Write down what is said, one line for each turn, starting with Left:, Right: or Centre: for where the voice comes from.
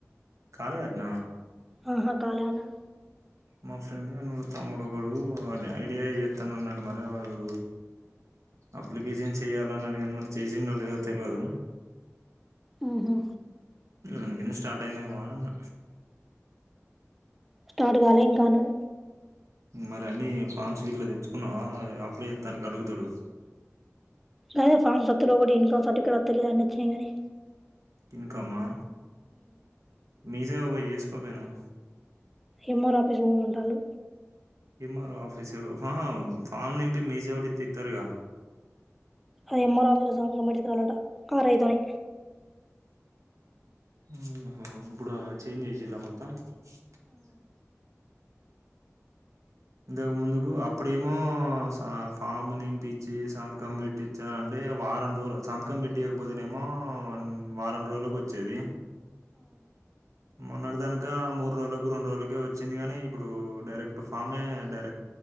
Right: కాలేదటన?
Centre: అహా కాలే అనాడు
Right: మా ఫ్రెండ్ గాని తమ్ముడు ఒకడు అదే ఐటిఐ చేత్తనన్నడు మరి వాడు అప్లికేషన్ చేయాలన్నడు కనీ, మరి చేసిండో లేదో తెల్వదు.
Centre: ఉ హు
Right: అందుకనే స్టార్ట్ అయిందేమోననన్న.
Centre: స్టార్ట్ కాలే ఇంకా అన్నడు.
Right: మరి అన్నీ ఫామ్స్ గిట్ల తెచ్చుకున్నవా, అది అప్లై చ్చెత్తానికి అడుగుతడు.
Centre: గదే ఫార్మ్స్ <unintelligible> లోకటి, ఇన్కమ్ సర్టిఫికెట్ తెలియదండి, ఒచ్చినయ్ కనీ.
Right: ఇన్కమ్మా, మీసేవ పోయి చేస్ కో పోయినవ్
Centre: ఎం ఆర్ ఓ ఆఫీస్ పోమంటాళ్ళు.
Right: ఎం ఆర్ ఓ ఆఫీసు, ఫా ఫామ్ నింపి మీసేవలొ ఇత్తే ఇత్తరుగా.
Centre: అది ఎం ఆర్ ఓ ఆఫీస్ లో సంతకం పెట్టిచుకురావాలంట ఆర్ ఐ తోనీ.
Right: హు హు, ఇప్పుడు చేంజ్ చేసిల్లా మొత్తం? <unintelligible> ఇంతకు ముందుకు అప్పుడేమో సా ఫామ్ నింపించి సంతకం పెట్టించాలంటే వారం రోజు సంతకం పెట్టియకపోతేనేమో వారం రోజులలకు వచ్చేది. మొన్నటి దానక మూడు రోజులకు రెండు రోజులకే వచ్చింది కనీ ఇప్పుడు డైరెక్ట్ ఫామే డై